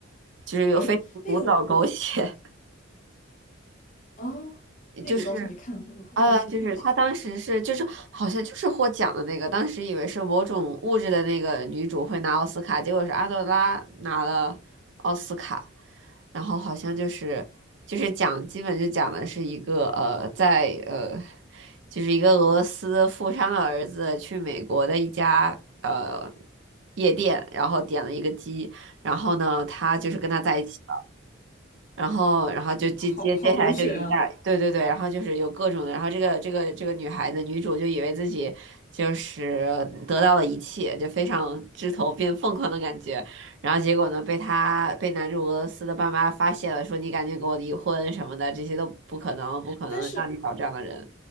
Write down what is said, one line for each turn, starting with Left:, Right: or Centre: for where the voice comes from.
Right: 就是有非常古早狗血。
Left: 哎，那个我，啊，那个我倒是没看过，
Right: 就是
Left: 有空可以去看一下。
Right: 呃，就是她当时是就是好像就是获奖的那个，当时以为是某种物质的那个女主会拿奥斯卡，结果是阿德拉拿了奥斯卡，然后好像就是就是讲基本就讲的是一个呃在呃就是一个俄罗斯富商的儿子去美国的一家呃夜店，然后点了一个鸡，然后呢他就是跟他在一起。然后，然后就接接接下来就一下，
Left: 好好狗血啊！
Right: 对对对，然后就是有各种的，然后这个这个这个女孩子女主就以为自己就是得到了一切，就非常枝头变凤凰的感觉，然后结果呢被她被男主俄罗斯的爸妈发现了，说你赶紧给我离婚什么的，这些都不可能，不可能让你找这样的人，
Left: 但是